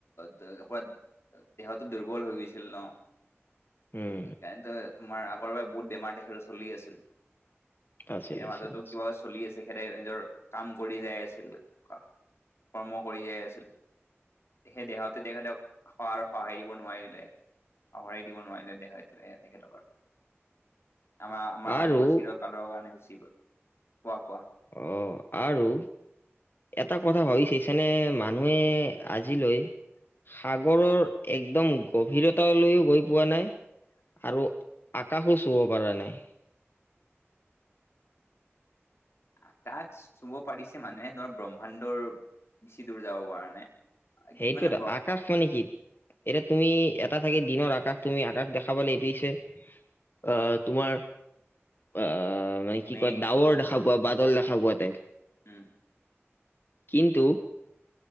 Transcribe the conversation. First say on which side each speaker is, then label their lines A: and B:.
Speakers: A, on the left; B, on the left.
A: দেহতো দুৰ্বল হৈ গৈছিল ন।
B: উম
A: স তোমাৰ আগৰ পৰা বহুত বেমাৰ তেখেতৰ চলি আছিল
B: আছিল
A: ইয়াৰ মাজতো
B: আছিল আছিল
A: কিবা- চলি আছে তেখেতে নিজৰ- কাম কৰি যাই আছিল কৰ্ম কৰি যাই আছিল। সেই দেহাটো তেখেতক স আৰু সহায় দিব নোৱাৰিলে। সঁহাৰি দিব নোৱাৰিলে দেহাটোৱে তেখেতক। আমাৰ আমাৰ মাজৰ
B: আৰু
A: পৰা চিৰকালৰ কাৰণে গুচি গল পোৱা কোৱা।
B: অঁ আৰু- এটা কথা ভাবি চাইছানে মানুহে আজিলৈ- সাগৰৰ একদম গভীৰতালৈও গৈ পোৱা নাই। আৰু আকাশো চুব পৰা নাই।
A: আকাশ চুব পাৰিছে মানুহে তোমাৰ ব্ৰহ্মাণ্ডৰ। বেছি দূৰ যাব পৰা নাই।
B: সেইটো
A: মানে
B: এটা আক। আকাশ মানে কি এতিয়া তুমি এটা থাকে দিনৰ আকাশ তুমি আকাশ দেখাবলৈ এইটো হৈছে। আহ তোমাৰ আহ। মানে কি
A: মেঘ
B: কয় ডাৱৰ
A: সূৰ্য
B: দেখা পোৱা বাদল দেখা পোৱা টাইপ।
A: উম।
B: কিন্তু